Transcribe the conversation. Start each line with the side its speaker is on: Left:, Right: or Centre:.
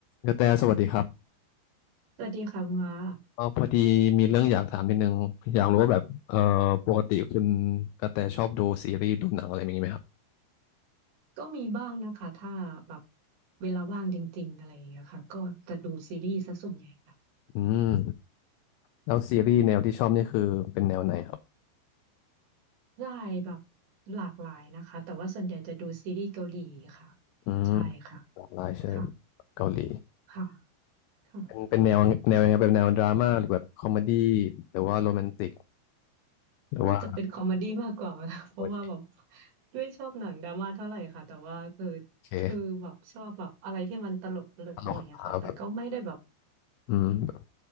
Left: กระแตสวัสดีครับ
Right: สวัสดีค่ะคุณว่า
Left: เออพอดีมีเรื่องอยากถามนิดนึงอยากรู้ว่าแบบเออปกติคุณกระแตชอบดูซีรีส์ดูหนังอะไรอย่างนี้ไหมครับ
Right: ก็มีบ้างนะคะถ้าแบบเวลาว่างจริงๆอะไรอย่างเงี้ยค่ะก็จะดูซีรีส์ซะส่วนใหญ่ค่ะ
Left: อืมแล้วซีรีส์แนวที่ชอบนี่คือเป็นแนวไหนครับ
Right: ได้แบบหลากหลายนะคะแต่ว่าส่วนใหญ่จะดูซีรีส์เกาหลีค่ะ
Left: อืม
Right: ใช่ค่ะ
Left: หลากหลายใช่ไหม
Right: ค่ะ
Left: เกาหลี
Right: ค่ะค่ะ
Left: เป็นเป็นแนวแนวยังไงเป็นแนวดราม่าหรือแบบคอมเมดี้หรือว่าโรแมนติกหรือว่า
Right: น่าจะเป็นคอมเมดี้มากกว่าค่ะ <laughs> เพราะว่าแบบ
Left: โอ
Right: ไม่ชอบหนังดราม่าเท่าไหร่ค่ะแต่ว่าคือ
Left: เค
Right: คือแบบชอบแบบอะไรที่มันตลกตลกหน่อยอะค่ะแต่ก็ไม่ได้แบบ
Left: ตลกหาแบบอืมแบบ